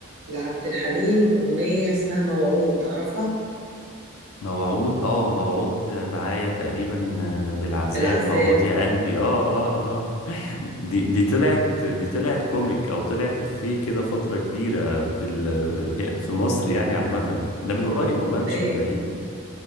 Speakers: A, on the right; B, on the left.
A: لعبد الحليم اغنيه اسمها موعود تعرفها
B: موعود اه موعود معايا تقريبا آه، بالعذاب
A: العذاب
B: موعود يا قلبي اه اه اه دي دي طلعت دي طلعت كوميك او طلعت افيه كده فترة كبيرة في ال- في مصر يعني عامة ده من قريب والله مش
A: ايوه
B: من بعيد